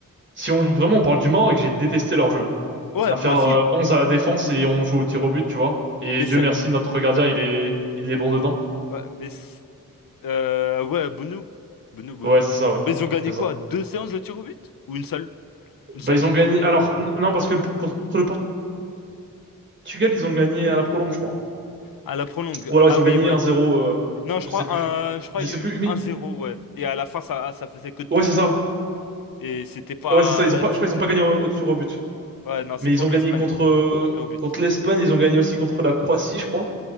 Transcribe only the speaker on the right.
si on vraiment on parle du Maroc, j'ai détesté leur jeu. hein.
À
faire
euh, 11 à la défense et on joue au tir au but, tu vois. Et
Dieu
merci, notre gardien, il est il est bon dedans.
Ouais, c'est ça, ouais.
C'est ça.
Bah,
ils
ont
gagné. Alors, n- non, parce que le- contre le Portugal, ils ont gagné à la prolonge, je crois.
Ou
alors, ils ont
gagné
un zéro, euh,
je
sais plus.
Je
sais
plus, mais.
Ouais, c'est ça.
Ouais, c'est ça. Ils ont
pas, je crois qu'ils ont pas gagné au, au tir au but.
Mais
ils
ont gagné
contre, euh,
contre l'Espagne, ils ont gagné aussi contre la Croatie, je crois.